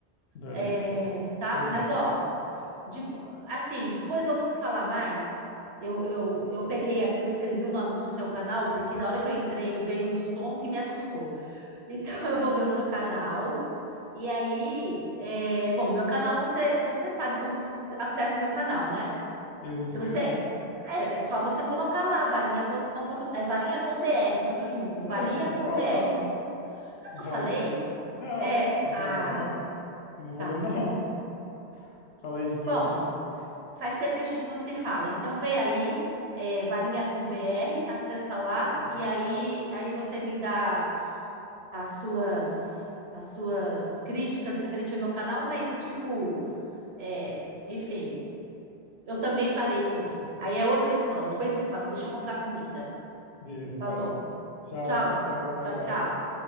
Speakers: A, on the left; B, on the right.
A: Beleza,
B: É,
A: pô.
B: tá?
A: Tá de
B: Mas
A: boa.
B: ó, de- assim, depois vamos se falar mais. Eu, eu, eu peguei aqui, eu escrevi o nome do seu canal, porque na hora que eu entrei veio um som que me assustou. Então <laughs> eu vou ver o seu canal. E aí, é, bom, meu canal você, você sabe como que se- acessa o meu canal, né?
A: Eu não
B: Se
A: sei,
B: você.
A: não.
B: É, é só você colocar lá, varinha.com.br. É varinha com BR, tudo junto. Varinha
A: Você não tinha
B: com
A: me falado?
B: BR. Eu
A: Varinha?
B: não falei?
A: Não.
B: É.
A: Não
B: Ah,
A: falou, não. Você não falou,
B: tá certo.
A: não. <laughs> Fala aí de novo,
B: Bom,
A: deixa eu escrever aqui.
B: faz tempo que a gente não se fala. Então vê aí, é, varinha com BR, acessa lá
A: Aham.
B: e aí, aí você me dá as suas. As suas críticas referente ao meu canal, mas tipo, é, enfim, eu também parei com ele. Aí é outra história. Depois você fala, deixa eu comprar comida.
A: Beleza,
B: Falou?
A: vai lá. Tchau,
B: Tchau.
A: até uma outra
B: Tchau,
A: hora.
B: tchau.